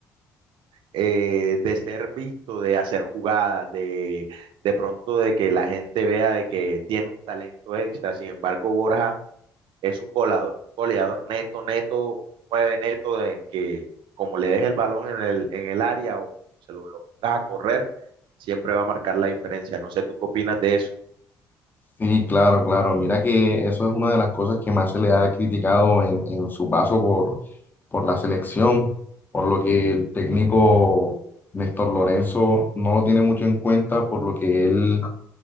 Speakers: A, on the right; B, on the left.
A: eh, de ser visto, de hacer jugadas, de, de pronto de que la gente vea de que tiene un talento extra. Sin embargo, Borja es un goleador, goleador neto, neto, nueve neto, de que como le deje el balón en el, en el área o se lo, lo pongas a correr, siempre va a marcar la diferencia. No sé tú qué opinas de eso.
B: Sí, claro, claro. Mira que eso es una de las cosas que más se le ha criticado en, en su paso por, por la selección, por lo que el técnico Néstor Lorenzo no lo tiene mucho en cuenta, por lo que él